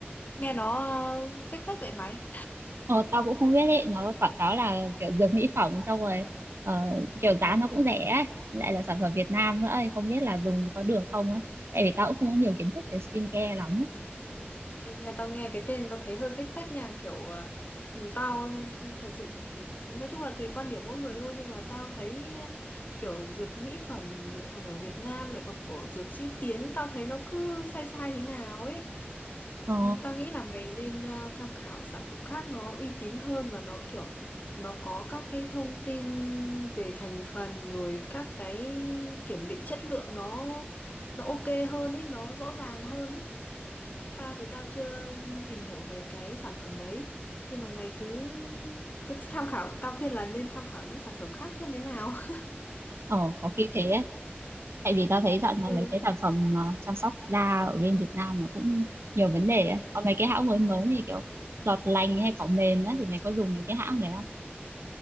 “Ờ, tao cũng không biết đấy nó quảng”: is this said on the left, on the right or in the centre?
Right